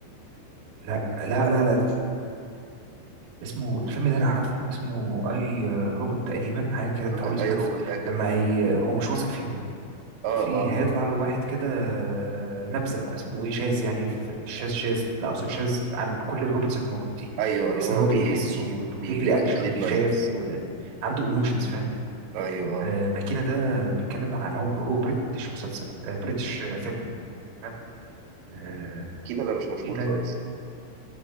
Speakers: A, on the right (about 70°); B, on the right (about 85°).
A: لا لا لا لا اسمه الفيلم ده انا عارفه اسمه اي روبوت تقريبا حاجه كده بتاع
B: هو كان
A: ويل سميث
B: اي روبوت حاجة كده
A: لما هي هو مش واثق فيهم وفي
B: اه اه
A: هيطلع
B: اه
A: له واحد كده آه، نبذه اسمه ايه شاذ يعني ف- مش شاذ شاذ لا اقصد شاذ عن كل الروبوتس اللي موجودين
B: ايوه اللي
A: بحيث
B: هو
A: ان هو
B: بي
A: بيحس
B: بي
A: وليه
B: بيبريك
A: رياكشن
B: الجايد
A: وبيخاف
B: لاينز
A: وعنده ايموشنز فاهم
B: ايوه
A: آه،
B: آه.
A: ماكينه ده بيتكلم عن هو هو بريتش مسلسل آه، بريتش آه، فيلم فاهم آه،
B: كينا ده مش مشهور
A: ماكينه
B: خالص